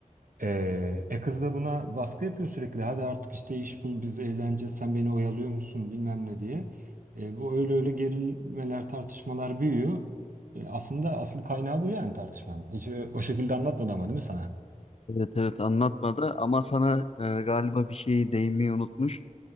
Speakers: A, on the right; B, on the left.
A: Ee, e kız da buna baskı yapıyor sürekli. Hadi artık işte iş bul biz eğleneceğiz sen beni oyalıyor musun bilmem ne diye. E, bu öyle öyle gerilmeler tartışmalar büyüyor. E, Aslında asıl kaynağı bu yani tartışmanın. Hiç ö- o şekilde anlatmadı ama değil mi sana?
B: Evet evet anlatmadı ama sana e, galiba bir şey değinmeyi unutmuş.